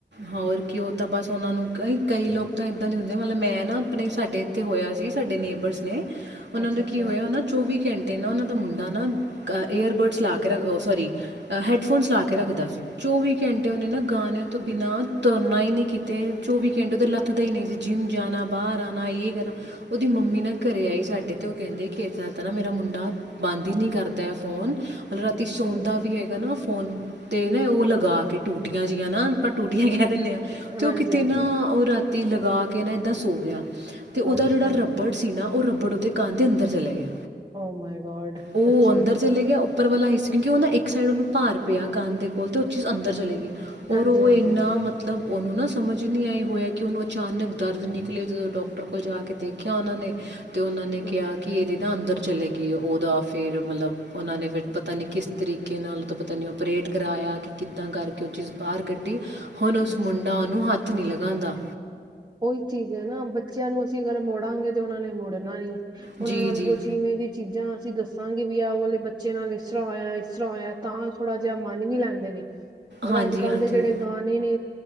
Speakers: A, on the right (about 70°); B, on the right (about 25°).
A: ਹੋਰ ਕਿ ਓਹ ਤਾਂ ਬਸ ਓਨਾਂ ਨੂੰ ਕਈ ਕਈ ਲੋਕ ਤਾਂ ਇੱਦਾਂ ਦੇ ਹੁੰਦੇ ਮਤਲਬ ਮੈਂ ਨਾ ਆਪਣੇ ਸਾਡੇ ਇੱਥੇ ਹੋਇਆ ਸੀ। ਸਾਡੇ ਨੇਬਰਸ ਨੇ ਓਨਾਂ
B: ਅੱਛਾ
A: ਦਾ
B: ਅੱਛਾ।
A: ਕੀ ਹੋਇਆ ਓਹ ਨਾ ਚੌਵੀ ਘੰ ਦਿਲੋਂ ਉਹਨਾਂ ਤੋਂ- ਨਾ ਏਅਰਬਡਸ ਲਾ ਕੇ ਰ ਸੋਰੀ ਹੈਡਫੋਨਸ ਲਾ ਕੇ ਰੱਖਦਾ ਸੀ ਚੌਵੀ ਘੰਟੇ ਉਹਨੇ ਨਾ ਗਾਣੇਿਆਂ ਤੋਂ ਬਿਨਾਂ ਤੁਰਨਾ ਹੀ ਨਹੀਂੀ ਕੀਤੇ ਚੋਵੀ ਘੰਟੇਓਦੇ ਲੱਥ ਦਾ ਨਹੀਂ ਸੀ ਜਿੰਮ ਜਾਣਾ ਬਾਹਰ ਆਉਣਾ ਇਹ ਕਰਨਾ ਉਹਓਦੀ ਮੰਮੀ ਨਾ ਘਰੇ ਆਈ ਸਾਡੇ ਤੇ ਉਹ ਕਹਿੰਦੇ ਕਿ ਨਾ ਮੇਰਾ ਮੁੰਡਾ ਬੰਦ ਹੀ ਨ ਕਰਦਾ ਫੋਨ ਮਤਲਬ ਰਾਤੀ
B: ਅੱਛਾ
A: ਸੌਂਦਾ ਵੀ ਹੈਗਾ ਨਾ ਫੋਨ 'ਤੇ ਨਾ ਉਹ ਲਗਾ ਕੇ ਟੂਟੀਆਂ ਜਿਹੀਆਂ ਨਾ ਟੂਟੀਆਂ ਗਿਆ। ਦਿੰਦੇ ਆਂ ਤੇ
B: ਹਾਂਜੀ
A: ਉਹ ਕਿਤੇ
B: ਹਾਂਜੀ
A: ਨਾ ਉਹ ਰਾਤੀ ਲਗਾ ਕੇ ਕਹ ਨਾ ਇਹੱਦਾਂੱਸ ਹੋ ਗਿਆ <unintelligible> ਤੇ ਉਹਦਾ
B: ਅੱਛਾ
A: ਜਿਹੜਾ ਰੱਬੜ ਸੀ ਨਾ ਉਹ ਰਬੜ ਉਹਦੇ ਕਾਂ ਦੇ ਅੰਦਰ ਚਲਾ ਗਿਆ।
B: ਓ ਮਾਈ ਗੋਡ,
A: ਉਹ
B: ਅੱਛਾ।
A: ਅੰਦਰ ਚਲੇ ਗਿਆ ਉੱਪਰ ਵਾਲਾ ਹੀ ਸੀ ਕਿਉਂਕਿ ਉਹ ਨਾ ਇੱਕ ਸਾਈਡ ਉਹਨੂੰ ਭਾਰ ਪਿਆ ਕੰਧ ਦੇ ਕੋਲ ਅਤੇ ਉਹ ਚੀਜ਼ ਅੰਦਰ ਚਲੇ ਗਈ।
B: ਹਾਂਜੀ-ਹਾਂਜੀ
A: ਉਹ ਇੰਨਾ ਮਤਲਬ ਉਹਨੂੰ ਨਾ ਸਮਝ ਨਹੀਂ ਆਈ ਹੋਇਆ ਕਿ ਉਹਨੂੰ ਅਚਾਨਕ ਦਰਦ ਨਿਕਲੀ ਜਦੋਂ ਡਾਕਟਰ ਕੋਲ ਜਾ ਕੇ ਦੇਖਿਆ ਉਹਨਾਂ ਨੇ ਤੇ ਉਹਨਾਂ ਨੇ
B: ਹੂੰ
A: ਕਿਹਾ ਕਿ ਇਹਦੇ ਨਾ ਅੰਦਰ ਚਲੇਗੀਈ ਉਹਦਾ ਫੇਰ ਮਤਲਬ ਉਹਨਾਂ ਨੇ ਫਿਰ ਪਤਾ ਨੀ ਕਿਸ ਤਰੀਕੇ ਨਾਲ ਉਹ ਤੋਂ ਪਤਾ ਨੀ ਉਹਓਪਰੇਟ ਕਰਵਾਇਆ ਕਿ ਕਿੱਦਾਂ ਕਰਕੇ ਉਹ ਚੀਜ਼ ਬਾਹਰ ਗੱਡੀ ਹੁਣ ਉਸ
B: ਅੱਛਾ
A: ਮੁੰਡਾ ਉਹਨੂੰ ਹੱਥ ਹੱਥ ਨਹੀਂ ਲਗਾਾਉਂਦਾ।
B: ਉਹੀ ਚੀਜ਼ ਹੈ ਨਾ ਬੱਚਿਆਂ ਨੂੰ ਅਸੀਂ ਅਗਰ ਮੁੜਾਂਗੇ ਤੇ ਉਹਨਾਂ ਨੇ ਮੁੜਨਾ ਨਹੀ। ਉਹਨਾਂ
A: ਜੀ
B: ਨਾਲ
A: ਜੀ
B: ਕੁਛ ਇਵੇਂ ਦੀ ਚੀਜ਼ਾਂ ਅਸੀਂ ਦੱਸੋ ਦੱਸਾਂਗੇ ਵੀ ਆਹ ਉਹ ਵਾਲੇ ਬੱਚੇ ਨਾਲ ਇਸ ਤਰ੍ਹਾਂ ਹੋਇਆ ਇਸ ਤਰ੍ਹਾਂ ਹੋਇਆ ਤਾਂ ਥੋੜ੍ਹਾ ਜਿਹਾ ਮੰਨ ਵੀ ਲੈਂਦੇ ਨੇ। ਔਰ
A: ਹਾਂਜੀ
B: ਅੱਜ- ਕੱਲ੍ਹ
A: ਹਾਂਜੀ
B: ਦੇ ਜਿਹੜੇ ਗਾਣੇ ਨੇ